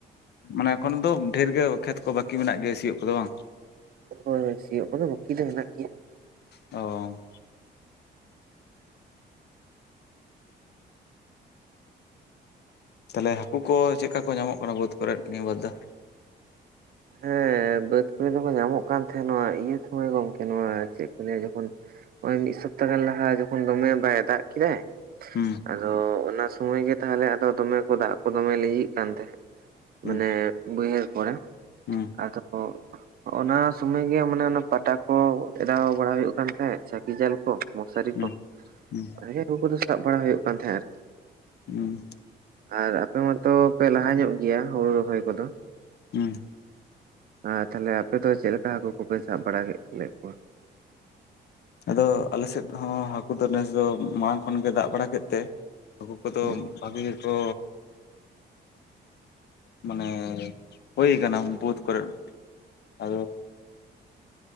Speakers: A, on the left; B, on the right.
A: ᱢᱟᱱᱮ ᱮᱠᱷᱚᱱ ᱫᱚ ᱰᱷᱮᱨ ᱜᱮ ᱠᱷᱮᱛ ᱠᱚ ᱵᱟᱹᱠᱤ ᱢᱮᱱᱟᱜ ᱜᱮᱭᱟ ᱥᱤᱭᱳᱜ ᱠᱚᱫᱚ ᱵᱟᱝ?
B: ᱦᱳᱭ ᱦᱳᱭ ᱥᱤᱭᱳᱜ ᱠᱚᱫᱚ ᱵᱟᱠᱤ ᱫᱚ ᱢᱮᱱᱟᱜ ᱜᱮᱭᱟ᱾
A: ᱚ, ᱛᱟᱦᱞᱮ ᱦᱟᱹᱠᱩ ᱠᱚ ᱪᱮᱜᱠᱟ ᱠᱚ ᱧᱟᱢᱚᱜ ᱠᱟᱱᱟ ᱵᱟᱹᱫᱽ ᱠᱚᱨᱮᱫ ᱱᱤᱭᱟᱹ ᱵᱟᱨ ᱫᱚ?
B: ᱦᱮᱸ ᱵᱟᱹᱫ ᱠᱩᱨᱮ ᱫᱚᱠᱚ ᱧᱟᱢᱚᱜ ᱠᱟᱱ ᱛᱟᱦᱮᱸ ᱱᱚᱣᱟ ᱤᱭᱟᱹ ᱥᱚᱢᱚᱭ ᱜᱚᱝᱠᱮ ᱱᱚᱣᱟ ᱪᱮᱜ ᱠᱚ ᱞᱟᱹᱭᱟ ᱡᱚᱠᱷᱚᱱ ᱳᱭ ᱢᱤᱜ ᱥᱚᱯᱛᱟᱦ ᱜᱟᱱ ᱞᱟᱦᱟ ᱡᱚᱠᱷᱚᱱ ᱫᱚᱢᱮ ᱵᱟᱭ ᱫᱟᱜ ᱠᱮᱫᱟᱭ,
A: ᱦᱩᱸ
B: ᱟᱫᱚ ᱚᱱᱟ ᱥᱩᱢᱚᱭ ᱜᱮ ᱛᱟᱦᱞᱮ ᱟᱫᱚ ᱫᱚᱢᱮ ᱠᱚ ᱫᱟᱜ ᱠᱚ ᱫᱚᱢᱮ ᱞᱤᱸᱡᱤᱜ ᱠᱟᱱ ᱛᱟᱦᱮᱸᱜ
A: ᱦᱩᱸ
B: ᱢᱟᱱᱮ ᱵᱟᱹᱭᱦᱟᱹᱲ ᱠᱚᱲᱮ
A: ᱦᱩᱸ,
B: ᱟᱫᱚ ᱯᱚᱸ ᱚᱱᱟ ᱥᱩᱢᱟᱹᱭ ᱜᱮ ᱢᱟᱱᱮ ᱚᱱᱟ ᱯᱟᱴᱟ ᱠᱚ ᱮᱰᱟᱣ ᱵᱟᱲᱟ ᱦᱩᱭᱩᱜ ᱠᱟᱱ ᱛᱟᱦᱮᱸᱫ ᱪᱟᱹᱠᱤ ᱡᱟᱞ ᱠᱚ, ᱢᱚᱥᱟᱨᱤ
A: ᱦᱩᱸ
B: ᱠᱚ
A: ᱦᱩᱸ
B: ᱦᱮᱸ ᱦᱟᱹᱠᱩ ᱠᱚᱫᱚ ᱥᱟᱵ ᱵᱟᱲᱟ ᱦᱩᱭᱩᱜ ᱠᱟᱱ ᱛᱟᱦᱮᱸᱱᱟ ᱟᱨᱠᱤ᱾
A: ᱦᱩᱸ᱾
B: ᱟᱨ ᱟᱯᱮ ᱢᱟᱛᱚ ᱯᱮ ᱞᱟᱦᱟ ᱧᱚᱜ ᱜᱮᱭᱟ ᱦᱩᱲᱩ ᱨᱚᱦᱚᱭ ᱠᱚᱫᱚ,
A: ᱦᱩᱸ᱾
B: ᱮᱸ ᱛᱟᱦᱚᱞᱮ ᱟᱯᱮ ᱫᱚ ᱪᱮᱫ ᱞᱮᱠᱟ ᱦᱟᱹᱠᱩ ᱠᱚᱯᱮ ᱥᱟᱵ ᱵᱟᱲᱟ ᱠᱮᱫ ᱞᱮᱫ ᱠᱚᱣᱟ?
A: ᱟᱫᱚ ᱟᱞᱮ ᱥᱮᱫ ᱦᱚᱸ ᱦᱟᱹᱠᱩ ᱫᱚ ᱱᱮᱥ ᱫᱚ ᱢᱟᱲᱟᱝ ᱠᱷᱚᱱ ᱜᱮ ᱫᱟᱜ ᱵᱟᱲᱟ ᱠᱮᱫ ᱛᱮ ᱦᱟᱹᱠᱩ ᱠᱚᱫᱚ
B: ᱦᱩᱸ
A: ᱵᱷᱟᱜᱮ ᱜᱮᱠᱚ ᱢᱟᱱᱮ ᱦᱩᱭ ᱠᱟᱱᱟ ᱵᱟᱹᱫ ᱠᱚᱨᱮ ᱟᱫᱚ